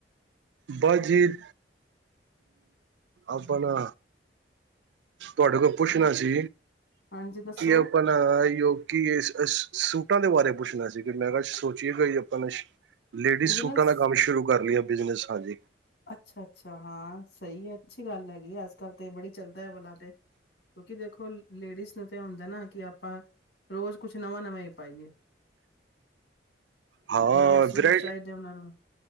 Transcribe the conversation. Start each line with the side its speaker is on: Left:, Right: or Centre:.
Right: ਬਜਿਦ ਆਪਣਾ ਤੁਹਾਡੇ ਕੋਲ ਪੁੱਛਣਾ ਸੀ
Left: ਹਾਂਜੀ ਦੱਸੋ
Right: ਕੀ ਆਪਾਂ ਯ ਕਿ ਸੂਟਾਂ ਦੇ ਬਾਰੇ ਪੁੱਛਣਾ ਸੀ ਕਿ ਮੈਂ ਸੋਚੀਏਗਾ ਜ ਆਪਾਂ ਲੇਡੀਜ਼
Left: ਬਿਜਨਸ
Right: ਸੂਟਾਂ ਦਾ ਕੰਮ ਸ਼ੁਰੂ ਕਰ ਲਿਆ ਬਿਜਨਸ ਹਾਂਜੀ
Left: ਅੱਛਾ ਅੱਛਾ ਹਾਂ ਸਹੀ ਹੈ ਅੱਛੀ ਗੱਲ ਹੈਗੀ ਅੱਜ ਕੱਲ੍ਹ ਤੇ ਬੜੀ ਚੱਲਦਾ ਹੈ ਵ ਤੇ ਕਿਉਂਕਿ ਦੇਖੋ ਲੇਡੀਜ਼ ਨੂੰ ਤਾਂ ਹੁੰਦਾ ਨਾ ਕਿ ਆਪਾਂ ਰੋਜ਼ ਕੁਛ ਨਵਾਂ ਨਵਾਂ ਹੀ ਪਾਈਏ
Right: ਹਾਂ
Left: ਨਵੇਂ ਸੂਟ
Right: ਵਰਾ
Left: ਚਾਹੀਦੇ ਉਹਨਾਂ ਨੂੰ